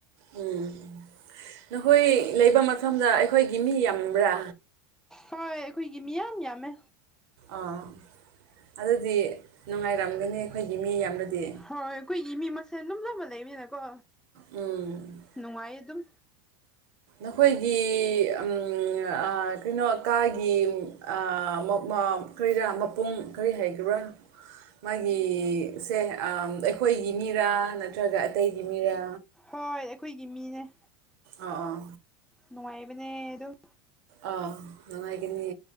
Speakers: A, on the right (about 60°); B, in the centre.
A: ꯎꯝ ꯅꯈꯣꯏ ꯂꯩꯕ ꯃꯐꯝꯗ ꯑꯩꯈꯣꯏꯒꯤ ꯃꯤ ꯌꯥꯝꯕ꯭ꯔꯥ?
B: ꯍꯣꯏ ꯑꯩꯈꯣꯏꯒꯤ ꯃꯤꯌꯥꯝ ꯌꯥꯝꯃꯦ
A: ꯑꯥ ꯑꯗꯨꯗꯤ ꯅꯨꯡꯉꯥꯏꯔꯝꯒꯅꯤ ꯑꯩꯈꯣꯏꯒꯤ ꯃꯤ ꯌꯥꯝꯂꯗꯤ
B: ꯍꯣꯏ ꯑꯀꯨꯏꯒꯤ ꯃꯤ ꯃꯁꯦꯟ ꯂꯨꯝꯅꯕ ꯂꯩꯃꯤꯅꯀꯣ
A: ꯎꯝ
B: ꯅꯨꯡꯉꯥꯏꯌꯦ ꯑꯗꯨꯝ
A: ꯑꯈꯣꯏꯒꯤ <unintelligible> ꯀꯩꯅꯣ ꯀꯥꯒꯤ <unintelligible> ꯀꯔꯤꯔꯥ ꯃꯄꯨꯡ ꯀꯔꯤ ꯍꯥꯏꯈꯤꯕ꯭ꯔꯥ ꯃꯥꯒꯤ ꯁꯦ ꯑꯩꯈꯣꯏꯒꯤ ꯃꯤꯔꯥ ꯅꯠꯇ꯭ꯔꯒ ꯑꯇꯩꯒꯤ ꯃꯤꯔꯥ
B: ꯍꯣꯏ ꯑꯩꯈꯣꯏꯒꯤ ꯃꯤꯅꯦ
A: ꯑꯥ ꯑꯥ
B: ꯅꯨꯡꯉꯥꯏꯕꯅꯦ ꯑꯗꯨꯝ
A: ꯑꯥ ꯅꯨꯡꯉꯥꯏꯒꯅꯤ